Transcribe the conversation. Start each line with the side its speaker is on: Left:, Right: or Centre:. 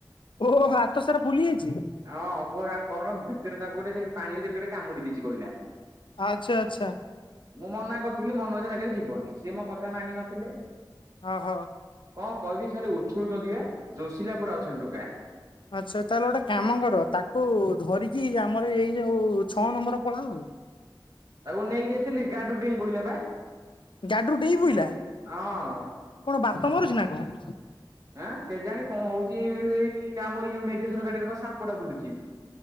Left: ଓହୋହୋ ହାତ ସାରା ଫୁଲି ଯାଇଛି?
Right: ଆ ହଁ କଆ କଣ ଭିତରେ ତାକୁ ଗୋଟେ ସେ ପାଣି ଭିତରେ କେ ଗୋଟେ କାମୁଡି ଦେଇଛି କହିଲା।
Left: ଆଚ୍ଛା ଆଚ୍ଛା।
Right: ମୁଁ ମନା କରିଥିଲି ମନ ଇଚ୍ଛା ଜାଗାରେ ଯିବନି ସେ ମୋ କଥା ମାନିନଥିଲେ।
Left: ଓ ହୋ।
Right: କଣ କହିବି ସାର୍ ଉଛୁଳୁଛନ୍ତି ବା ଯୋଷିଲା ପୁରା ଅଛନ୍ତି ଟୋକା।
Left: ଆଚ୍ଛା ତାହେଲେ ଗୋଟେ କାମ କର ତାକୁ ଧରିକି ଆମର ଏଇ ଯୋଉ ଛଅ ନମ୍ବର ପଳାଅ ଆଉ
Right: ତାକୁ ନେଇକି ଯାଇଥିଲି ଗାଡିରୁ ଡେଇଁ ପଇଲା ପା
Left: ଗାଡିରୁ ଡେଇଁ ପଇଲା
Right: ହଁ।
Left: କଣ ବାତ ମାରୁଛି ନା କଣ?
Right: ହଁ କେଜାଣି କଣ ହଉଛି ଏଇ ଏଇ ଆମ ଏଇ ମେଘେ୍ସର୍ ଗାଡିରେ କଣ ସାପଟା ବୁଲୁଛି ଏଇଠି।